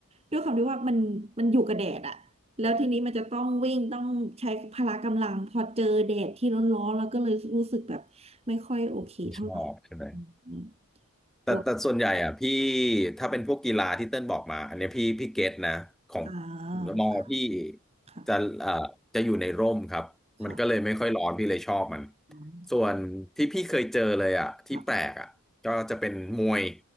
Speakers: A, on the right; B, in the centre.
A: ด้วยความที่ว่ามันมันอยู่กับแดดอะแล้วทีนี้มันจะต้องวิ่งต้องใช้พละกำลังพอเจอแดดที่ร้อนๆแล้วก็เลยรู้สึกแบบไม่ค่อยโอเคเท่าไหร่
B: ไม่ชอบใช่ไหม
A: อืม
B: แต่แต่ส่วนใหญ่อ่ะพี่
A: บวก
B: ถ้าเป็นพวกกีฬาที่เติ้ลบอกมาอันเนี้ยพี่พี่เก็ตนะของ
A: อ่า
B: มอพี่
A: ค่ะค่ะ
B: จะเอ่อจะอยู่ในร่มครับมันก็เลยไม่ค่อยร้อนพี่เลยชอบมัน
A: ค่ะอืม
B: ส่วนที่พี่เคยเจอเลยอ่ะที่แปลกอ่ะก็จะเป็นมวย
A: แบบ